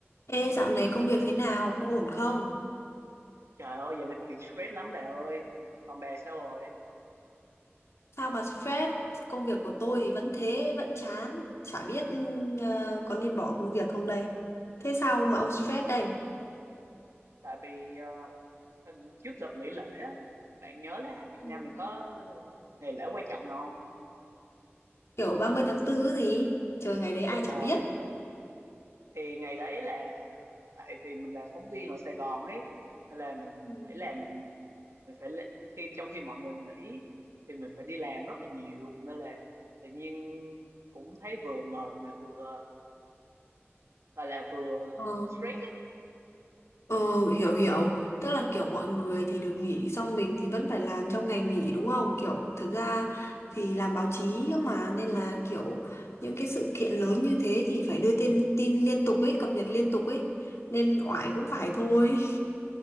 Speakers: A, on the left; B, on the right.
A: Ê, dạo này công việc thế nào? Có ổn không?
B: Trời ơi, giờ này công việc stress lắm bà ơi. Còn bà sao rồi?
A: Sao mà stress? Công việc của tôi thì vẫn thế, vẫn chán. Chả biết ờ, có nên bỏ công việc không đây? Thế sao mà ông stress đây?
B: Tại vì ờ, hình- trước đợt nghỉ lễ á, bạn nhớ là Việt
A: Ừ.
B: Nam mình có ngày lễ quan trọng nào không?
A: Kiểu 30 tháng 4 gì? Trời ngày đấy ai
B: Đúng
A: chả
B: rồi.
A: biết.
B: Thì ngày đấy là tại vì mình là phóng viên ở Sài Gòn ấy, nên là mình
A: Ừ.
B: phải làm mình phải lễ- khi trong khi mọi người nghỉ thì mình phải đi làm rất là nhiều nên là tự nhiên cũng thấy vừa mệt mà vừa gọi là vừa
A: Ờ,
B: stress
A: Ờ hiểu hiểu Tức là kiểu mọi người thì được nghỉ Xong mình thì vẫn phải làm trong ngày nghỉ đúng không Kiểu thật ra thì làm báo chí cơ mà Nên là kiểu những cái sự kiện lớn như thế Thì phải đưa tin, tin liên tục ấy Cập nhật liên tục ấy Nên oải cũng phải thôi